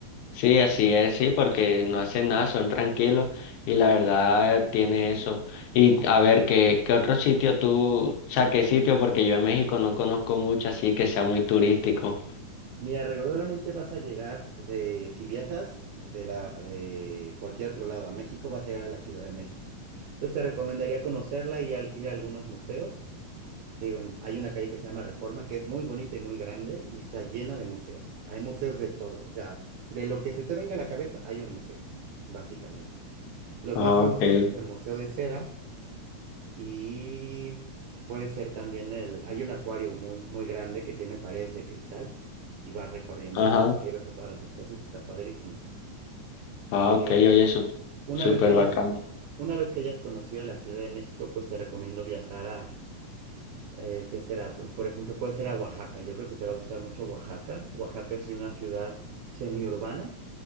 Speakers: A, on the left; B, on the right.
A: Sí, así es, sí, porque no hacen nada, son tranquilos y la verdad tiene eso. Y a ver, ¿qué, qué otro sitio tú, o sea, qué sitio? Porque yo en México no conozco mucho, así que sea muy turístico.
B: Mira, regularmente vas a llegar de, si viajas de la, de cualquier otro lado a México, vas a llegar a la Ciudad de México. Entonces te recomendaría conocerla y al- ir a algunos museos. Te digo, hay una calle que se llama Reforma, que es muy bonita y muy grande y está llena de museos. Hay museos de todo, o sea, de lo que se te venga a la cabeza hay un museo, básicamente. Los
A: Ah,
B: más famosos
A: okay
B: es el Museo de Cera y puede ser también el... Hay un acuario muy, muy grande que tiene paredes de cristal y vas recorriéndolo
A: ajá,
B: y ahí ves a todas las especies, está padrísimo.
A: ah,
B: Eh,
A: okay oye, su-
B: una
A: súper
B: vez que hayas,
A: bacano.
B: una vez que hayas conocido la Ciudad de México, pues te recomiendo viajar a... eh, ¿qué será? Pues por ejemplo puede ser a Oaxaca. Yo creo que te va a gustar mucho Oaxaca. Oaxaca es una ciudad semiurbana